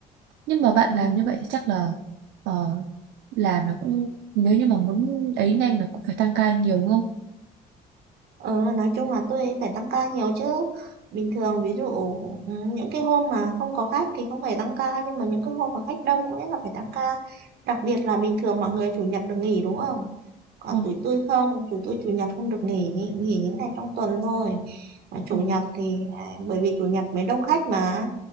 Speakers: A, on the right; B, on the right.
A: nhưng mà bạn
B: ừ.
A: làm như vậy thì chắc là ờ, làm là cũng nếu như mà muốn ấy nhanh là cũng phải tăng ca nhiều đúng không
B: Ờ, nói chung là tôi phải tăng ca nhiều chứ. Bình thường ví dụ ừ, những cái hôm mà không có khách thì không phải tăng ca nhưng mà những cái hôm mà khách đông ấy là phải tăng ca. Đặc biệt là bình thường mọi người chủ nhật được nghỉ đúng không? Còn
A: ừ.
B: tụi tôi không, tụi tôi chủ nhật không được nghỉ, nghỉ, nghỉ những ngày trong tuần thôi. Mà chủ
A: Ừ.
B: nhật thì à, bởi vì chủ nhật mới đông khách mà,